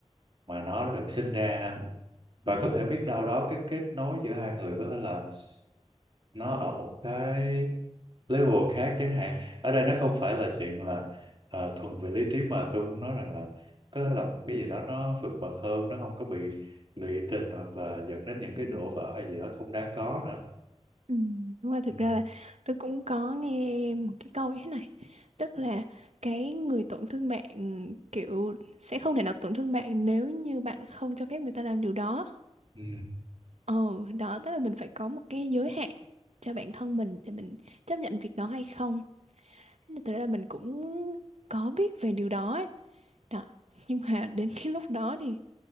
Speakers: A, on the right; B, on the right.
A: mà nó được sinh ra ha. và có thể biết đâu đó cái kết nối giữa hai người có thể là nó ở một cái level khác chẳng hạn ở đây nó không phải là chuyện là ờ, thuần về lý trí mà tôi muốn nói rằng là có thể là cái gì đó nó vượt bậc hơn nó không có bị lụy tình hoặc là dẫn đến những cái đổ vỡ hay gì đó không đáng có nữa
B: ừ Đúng rồi, thực
A: ừ.
B: ra là tôi cũng có nghe một cái câu như thế này Tức là cái người tổn thương bạn kiểu sẽ không thể nào tổn thương bạn nếu như bạn không cho phép người ta làm điều đó
A: Ừ.
B: Ừ, đó, tức là mình phải có một cái giới hạn cho bản thân mình để mình chấp nhận việc đó hay không. Thế là Thật ra mình cũng có biết về điều đó ấy. Đó. Nhưng mà đến cái lúc đó thì